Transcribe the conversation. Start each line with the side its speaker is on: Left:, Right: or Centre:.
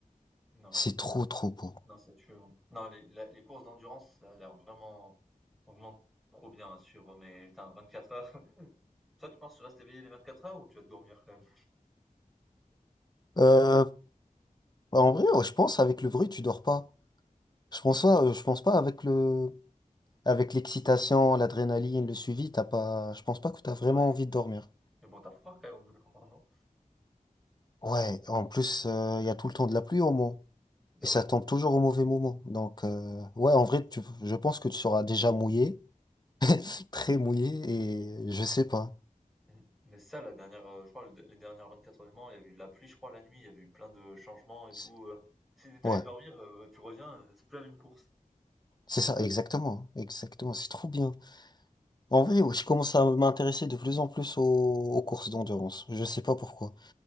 Centre: Non,
Left: C'est
Centre: c'est
Left: trop,
Centre: c'est
Left: trop beau.
Centre: non, c'est tue. hein. Non, les la les courses d'endurance, ça a l'air vraiment vraiment trop bien à suivre, mais putain, quatre heures. <laughs> Toi, tu penses que tu restes éveillé les 24 heures ou tu vas te dormir quand même?
Left: Euh, en vrai, ouais, je pense avec le bruit, tu dors pas. Je pense pas, euh, je pense pas avec le, avec l'excitation, l'adrénaline, le suivi, t'as pas, je pense pas que t'as vraiment
Centre: Ouais,
Left: envie de dormir.
Centre: mais bon, t'as froid quand même au bout d'un moment, non?
Left: Ouais, en plus, euh, il y a tout le temps de la pluie au moment.
Centre: Bah
Left: Et ça
Centre: ouais.
Left: tombe toujours au mauvais moment. Donc, euh, ouais, en vrai, tu, je pense que tu seras déjà mouillé, très
Centre: <laughs>
Left: mouillé, et je sais pas.
Centre: Mmh. Mais ça, la dernière, heu, je crois le les dernières 24 heures du Mans, il y a eu de la pluie, je crois, la nuit, il y a eu plein de changements et
Left: C'est-
Centre: tout, heu. Si t'es
Left: Ouais,
Centre: allé dormir, heu, tu reviens, heu, c'est plus la même course.
Left: c'est ça, exactement. Exactement, c'est trop bien. En vrai, ouais, je commence à m'intéresser de plus en plus aux, aux courses d'endurance. Je sais pas pourquoi.